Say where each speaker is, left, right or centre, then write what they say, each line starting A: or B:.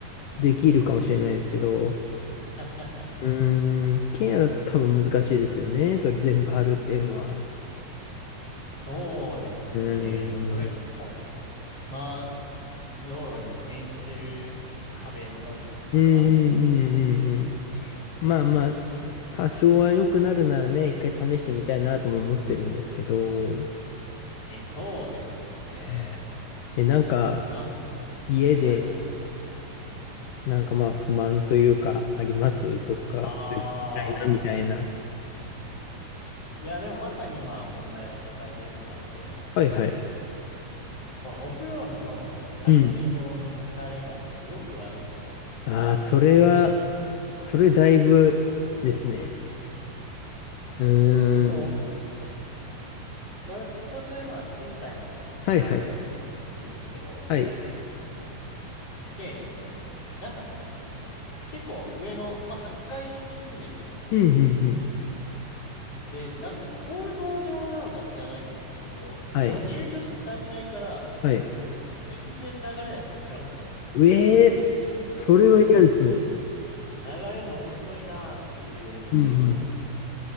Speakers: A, on the left; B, on the left.
A: できるかもしれないですけど、
B: <laughs>
A: うーん、一軒家だと多分難しいですよね。それ全部貼るっていうのは。
B: そうですね。
A: うーん。
B: まあ、それかも。まあ、道路に面してる壁のみとか
A: うんうんうんうんうん。まあまあ、多少は良くなるならね、一回試してみたいなとも思ってるんですけど、
B: え、そうですね。
A: うんえ、なんか
B: なんか、
A: 家で、
B: はいはい。
A: なんかまあ不満というかありますとか、
B: あ
A: みたいな、みたいな。
B: あ。いや、でもまさに今問題を抱えているのがあって、
A: はいはい。
B: このお風呂の <laughs> 排水口の流れがすごく悪いんですよ。
A: うん。ああ、それは、それだいぶですね。うーん。
B: え、そう、私は今賃貸のマンションに住んでるんですけど、
A: はいはい。はい。
B: で、なんか結構上の、まあ8階に住んでるんですよ。
A: うんうんうん。
B: で、なんか構造上なのか知らないんですけど、
A: はい。
B: もう入居した段階から、
A: はい。
B: もう全然流れないんですよ、正直。
A: うえー、それは嫌ですね。
B: 流れるの遅いなーっていうのがよくあって。
A: うんうん。